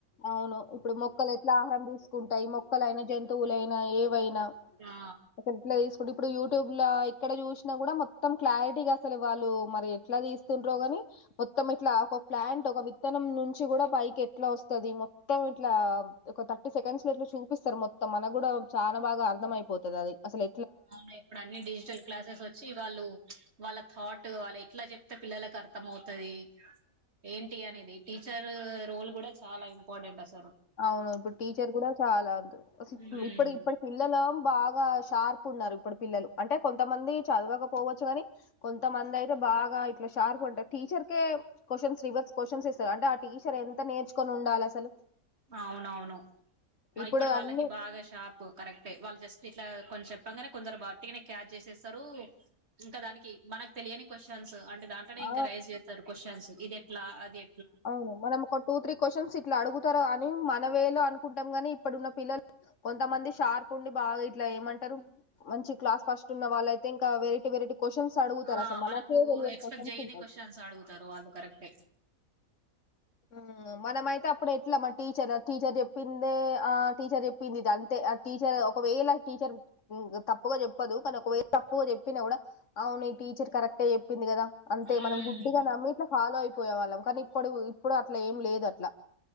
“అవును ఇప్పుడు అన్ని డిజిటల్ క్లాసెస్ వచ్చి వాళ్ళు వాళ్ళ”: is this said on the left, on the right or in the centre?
Right